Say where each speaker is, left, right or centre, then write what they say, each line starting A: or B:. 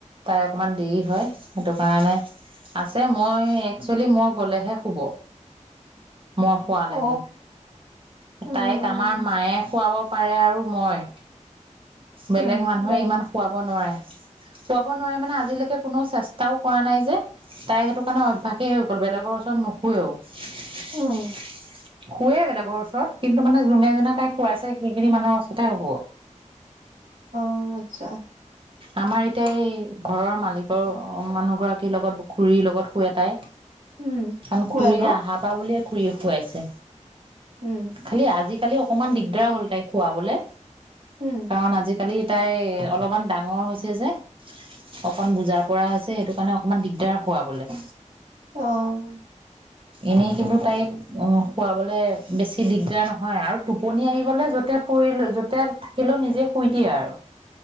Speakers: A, on the right (about 45°); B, on the right (about 85°).
A: তাই অকমান দেৰি হয় সেইটো কাৰণে আছে মই একচুৱেলি মই গ'লেহে শুব। মই খোৱালেহে,
B: অ উম
A: তাইক আমাৰ মায়ে শুৱাব। পাৰে আৰু মই বেলেগ
B: উম
A: মানুহে
B: বাবি
A: ইমান শুৱাব নোৱাৰে। খোৱাব নোৱাৰে মানে আজিলৈকে কোনো চেষ্টাও কৰা নাই যে তাই সেইটো কাৰণে অভ্যাসেই হৈ গ'ল বেলেগৰ ওচৰত নুশুৱেও। শুৱে
B: উম
A: বেলেগৰ ওচৰত কিন্তু মানে যোনে নে তাইক কোৱাইছে সেইখিনি মানুহৰ ওচৰতে হ'ব।
B: অ', আচ্চা।
A: আমাৰ এতিয়া এই ঘৰৰ মালিকৰ মানুহ গৰাকীৰ লগত খুৰীৰ লগত শুৱে তাই।
B: উম
A: কাৰণ
B: শুৱে
A: খুৰীয়ে
B: ন
A: আহাৰ পা বুলিয়ে খুৰিয়ে শুৱাইছে।
B: উম
A: খালি আজি কালি অকণমান দিগদাৰ হ'ল তাই খুৱাবলে।
B: উম
A: কাৰণ আজি কালি তাই অলমান ডাঙৰ হৈছে যে অকণ বুজা পৰা হৈছে সেইটো কাৰণে অকমান দিগদাৰ শুৱাবলে।
B: অ'।
A: এনেই কিন্তু তাইক শুৱাবলে বেছি দিগদাৰ নহয় আৰু টোপনি আহি গলে য'তে পৰিল য'তে থাকিলেও নিজে শুই দিয়ে আৰু।